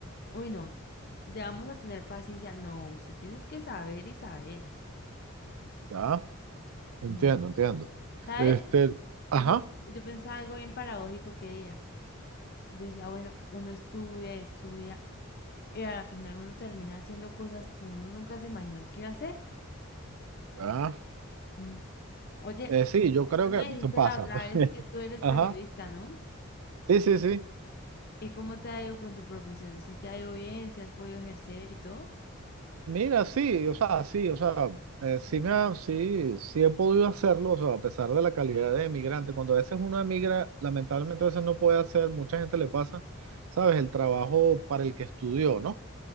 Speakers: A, on the left; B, on the right.
A: uy, no, te vamos a tener paciencia. No, usted tienes que saber y saber.
B: Ya, entiendo,
A: Mm,
B: entiendo.
A: ¿Sabes?
B: Este, ajá,
A: Yo, yo pensaba algo bien paradójico que día. Yo decía, bueno, uno estudia, y estudia, y al final uno termina haciendo cosas que uno nunca se imaginó que iba a hacer.
B: ya.
A: Mm, Oye,
B: Eh, sí, yo creo
A: tú me
B: que
A: dijiste
B: se pasa.
A: la otra
B: <laughs>
A: vez que tú eres
B: Ajá.
A: periodista, ¿no?
B: Sí, sí, sí.
A: ¿Y cómo te ha ido con tu profesión? ¿Si te ha ido bien? ¿Si has podido ejercer y todo?
B: Mira, sí, o sea, sí, o sea, eh, sí, me ha- sí, sí he podido hacerlo, o sea, a pesar de la calidad de emigrante, cuando a veces uno emigra, lamentablemente a veces no puede hacer, mucha gente le pasa, sabes, el trabajo para el que estudió, ¿no?